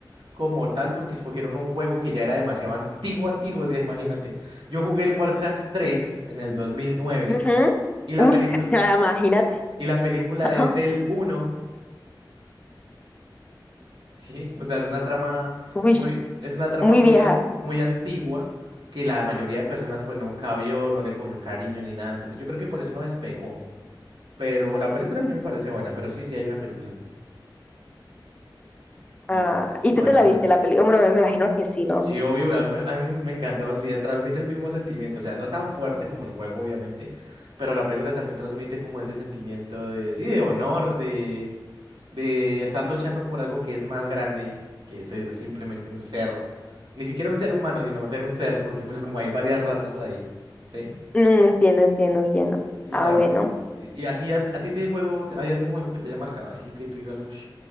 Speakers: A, on the right; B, on the left.
A: como tal porque escogieron un juego que ya era demasiado antiguo, antiguo, o sea, imagínate. Yo jugué el Warcraft 3 en el dos mil nueve
B: Ujú.
A: y la
B: Uy,
A: película
B: <laughs> imagínate.
A: y la película
B: <laughs>
A: es del uno, ¿sí? O sea, es una trama
B: Uy,
A: muy es una trama
B: muy
A: muy
B: vieja.
A: a- muy antigua que la mayoría de personas pues nunca vio, no le cogió cariño ni nada, entonces yo creo que por eso no despegó. Pero la película a mí me parece buena, pero sí, sí hay una película y
B: Ah,
A: es
B: ¿y
A: buena,
B: tú te la
A: es
B: viste
A: buena.
B: la película? Bueno, me imagino que sí, ¿no?
A: Sí, obvio, a mí, me a mí me encantó, sí, transmite el mismo sentimiento, o sea, no tan fuerte como el juego, obviamente, pero la película también transmite como ese sentimiento de, sí, de honor, de, de estar luchando por algo que es más grande que ser simplemente un ser, ni siquiera un ser humano, sino ser un ser, porque pues como hay varias razas ahí, ¿sí?
B: Mm, entiendo, entiendo, entiendo.
A: Y,
B: Ah,
A: tam-
B: bueno.
A: y y así, a, a ti te juego, ¿hay algún juego que te haya marcado? Así que tú digas, uff,